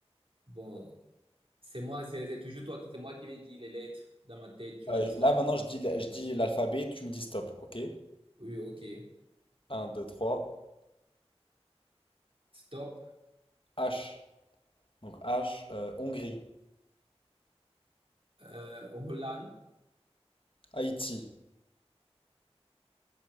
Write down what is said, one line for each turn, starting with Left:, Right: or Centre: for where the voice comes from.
Right: Bon, c'est moi, c'est c'est toujours toi qui, c'est moi qui vais dire les lettres dans ma tête. Tu
Left: Euh,
Right: vas dire stop.
Left: là, maintenant, je dis, je dis l'alphabet, tu me dis stop, ok?
Right: Oui, ok.
Left: Un, deux, trois.
Right: Stop.
Left: H. Donc H, euh, Hongrie,
Right: Euh, Hollande.
Left: Haïti.